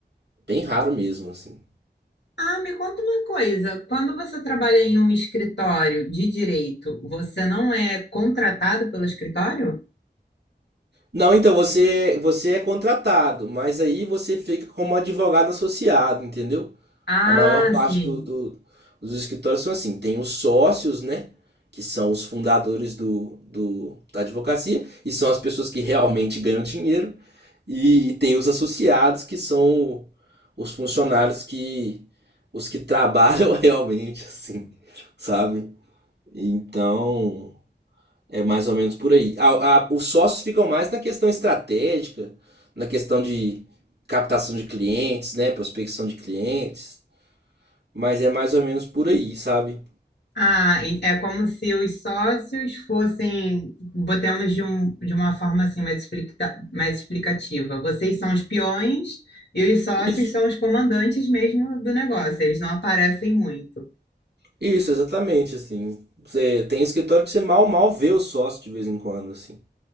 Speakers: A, on the right; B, on the left.
A: bem raro mesmo, assim.
B: Ah, me conta uma coisa, quando você trabalha em um escritório de direito, você não é contratado pelo escritório?
A: Não, então você você é contratado, mas aí você fica como advogado associado, entendeu?
B: Ah,
A: A maior parte
B: sim.
A: do, do- dos escritórios são assim, tem os sócios, né? Que são os fundadores do, do- da advocacia, e são as pessoas que realmente ganham dinheiro, e, tem os associados, que são o- os funcionários que os que trabalham <laughs> realmente, assim, sabe? Então. É mais ou menos por aí. A- a- os sócios ficam mais na questão estratégica, na questão de captação de clientes, né? Prospecção de clientes. Mas é mais ou menos por aí, sabe?
B: Ah, e- é como se os sócios fossem, botemos de, um, de uma forma assim mais, explica, mais explicativa. Vocês são os peões e os sócios
A: Isso,
B: são os comandantes mesmo do negócio. Eles não aparecem muito.
A: isso, exatamente, assim. Você tem escritório que você mal, mal vê o sócio de vez em quando, assim.